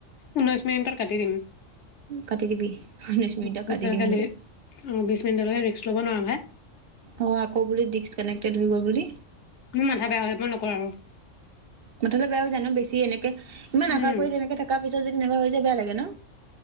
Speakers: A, on the left; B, on the right.
A: ঊনৈছ মিনিটত কাটি দিম
B: কাটি দিবি
A: <unintelligible>
B: ঊনৈশ মিনিটত কাটি
A: কব
B: দিম বোলে
A: নোৱাৰো ভাই
B: অ', আকৌ বুলি ডি্ক্স কানেক্টেড হৈ গ'ল বুলি
A: মোৰ মাথা বেয়া হৈ মই নকৰো
B: মুঠতে বেয়াও জানো বেছি এনেকে ইমান আশা
A: উম
B: কৰি তেনেকে থকাৰ পিছত যদি তেনেকুৱা হৈ যায় বেয়া লাগে ন